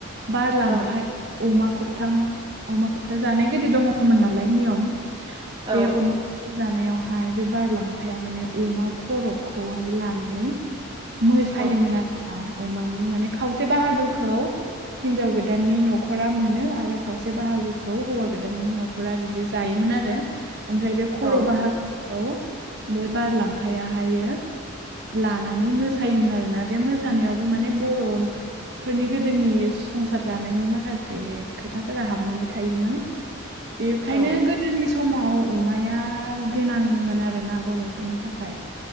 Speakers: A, on the right; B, on the right.
A: बार लामफाया
B: औ
A: अमा खबथां अमा खबथा जानाय गोदो दङमोन नालाय नियम
B: औ
A: बे अमा जानायावहाय बे बारलांफाया माने अमा खर'खौहाय लानानै मोसायोमोन
B: औ
A: आरोना अमानि माने खावसे बाहागोखौ हिनजाव गोदाननि न'खरा मोनो आरो खावसे से बाहागोखौ हौवा गोदाननि न'खरा बिदि जायोमोन आरो ओमफ्राय बे खर'
B: औ
A: बाहागो औ बे बार लाम्फायाहायो लानानै मोसायोमोन आरोना बे म मोसानायावबो माने बर' फोरनि गोदोनि संसार जानायनि माखासे खोथा फोर हाबनानै थायोमोन बेखायनो
B: औ
A: गोदोनि समाव अमाया गोनांमोन आरोना बर'फोरनि थाखाय